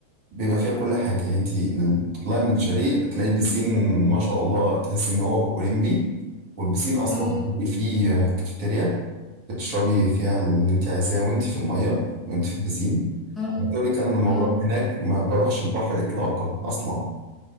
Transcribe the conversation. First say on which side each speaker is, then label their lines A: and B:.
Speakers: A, on the right; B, in the centre.
A: بيبقى فيها كل حاجة يعني انتي بتطلعي من الشاليه تلاقي بسين ما شاء الله تحسي إن هو أولمبي والبسين أصلا
B: امم
A: بيبقى فيه كافيتيريا بتشربي فيها اللي انتي عايزاه وانتي في المية وانتي في البسين
B: امم
A: عايز أقول لك أنا لما
B: امم
A: بروح هناك ما بروحش البحر إطلاقا أصلا